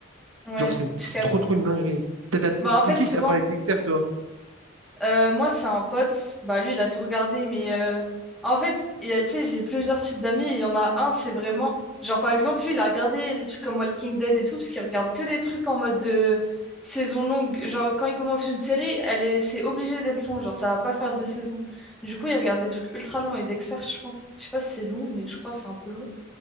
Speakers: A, in the centre; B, on the right (about 80°).
A: ouais,
B: Genre, c'est
A: je
B: c'est
A: capte.
B: trop, trop une dinguerie. T'as- t'as-
A: Bah,
B: C'est
A: en fait,
B: qui
A: souvent,
B: qui t'a parlé de Dexter, toi?
A: euh, moi, c'est un pote, bah, lui, il a tout regardé, mais euh, en fait, il y a, tu sais, j'ai plusieurs types d'amis, et il y en a un, c'est vraiment, genre, par exemple, lui, il a regardé les trucs comme Walking Dead et tout, parce qu'il regarde que des trucs en mode de saison longue. Genre, quand il commence une série, elle est, c'est obligé d'être long, genre, ça va pas faire deux saisons. Du coup, il regarde des trucs ultra longs, et Dexter, je pense, je sais pas si c'est long, mais je crois que c'est un peu long.